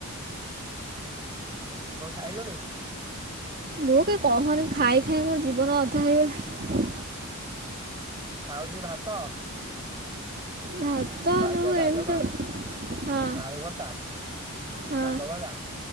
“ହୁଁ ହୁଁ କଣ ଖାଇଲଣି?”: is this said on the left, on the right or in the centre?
Right